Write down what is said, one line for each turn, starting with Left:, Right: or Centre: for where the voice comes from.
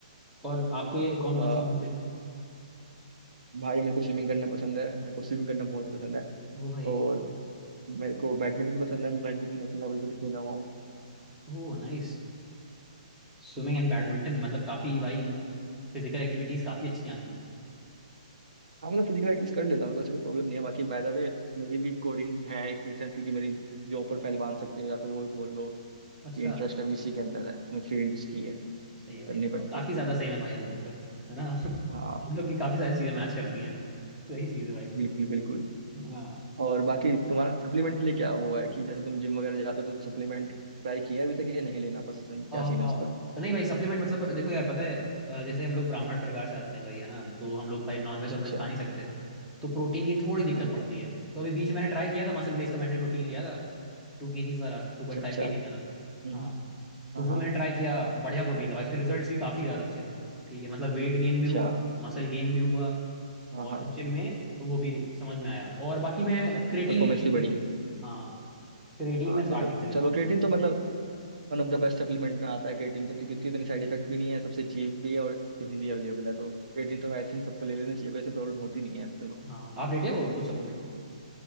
Centre: और आपको ये कौन
Right: अ,
Centre: कौन सी हॉबीज है
Right: भाई मेरे को स्विमिंग करना पसंद है मेरे को स्विमिंग करना बहुत पसंद है
Centre: वो भाई
Right: और मेरे को बैडमिंटन पसंद है मैं बैडमिंटन नेशनल लेवल पे भी खेला हुआ हूँ
Centre: वो नाइस स्विमिंग
Right: हाँ,
Centre: एंड बैडमिंटन
Right: तो
Centre: मतलब काफ़ी भाई फिजिकल एक्टिविटीज काफ़ी अच्छी हैं आपकी
Right: हाँ मतलब फिजिकल एक्टिविटीज कर लेता हूँ वैसे कोई प्रॉब्लम नहीं है बाकी बाय द वे मेरी भी कोडिंग है एक प्रेफरेंस की कि मेरी जॉब पर फाइल बांध सकते हो या फिर वो बोल लो कि
Centre: अच्छा
Right: इंटरेस्ट अभी इसी के अंदर है फील्ड्स की है
Centre: सही है भाई
Right: करनी
Centre: तब
Right: पड़ती
Centre: तो काफ़ी
Right: है
Centre: ज़्यादा सेम है भाई हम लोग का है ना <laughs> हम
Right: हाँ
Centre: लोग की काफ़ी सारी चीज़ें मैच करती हैं सही चीज़ है भाई
Right: बिल्कुल बिल्कुल
Centre: हाँ,
Right: और बाकी तुम्हारा सप्लीमेंट के लिए क्या वो है कि जैसे तुम जिम वगैरह जाते हो तो सप्लीमेंट ट्राई किया है अभी तक ये नहीं लेना पसंद क्या
Centre: आ,
Right: सीन है उसका
Centre: नहीं भाई सप्लीमेंट मतलब देखो यार पता है अ, जैसे हम लोग ब्राह्मण परिवार से आते हैं भाई है ना तो हम लोग भाई नॉनवेज
Right: अच्छा
Centre: वेज
Right: अच्छा
Centre: खा नहीं सकते तो प्रोटीन की थोड़ी दिक्कत
Right: हाँ
Centre: पड़ती है तो अभी बीच में मैंने ट्राई किया था मसल ब्लेस
Right: अच्छा
Centre: का मैंने प्रोटीन लिया था टू केजीज वाला टू पॉइंट
Right: अच्छा
Centre: फाइव केजीज वाला
Right: हम्म,
Centre: हाँ
Right: हम्म।
Centre: तो
Right: हाँ
Centre: वो
Right: हाँ
Centre: मैंने ट्राई किया बढ़िया प्रोटीन था भाई उसके रिजल्ट्स भी काफी ज्यादा अच्छे थे ठीक है मतलब वेट गेन भी
Right: अच्छा
Centre: हुआ मसल गेन भी हुआ
Right: हाँ
Centre: और
Right: हाँ
Centre: जिम में वो भी समझ में आया और बाकी मैं क्रेटीन
Right: परफॉर्मेंस भी
Centre: ले
Right: बढ़ी
Centre: हाँ क्रेटीन
Right: हाँ
Centre: मैं स्टार्टिंग
Right: तो, तो
Centre: से लेता
Right: चलो
Centre: हूँ
Right: क्रिएटिन तो मतलब one of the best supplement में आता है क्रिएटिन तो क्योंकि उसकी इतनी साइड इफेक्ट भी नहीं है सबसे चीप भी है और इजीली अवेलेबल है तो क्रिएटिन तो आई थिंक सबको ले लेना चाहिए कोई ऐसी प्रॉब्लम होती नहीं है इससे
Centre: हाँ आप लेते हो कुछ सप्लीमेंट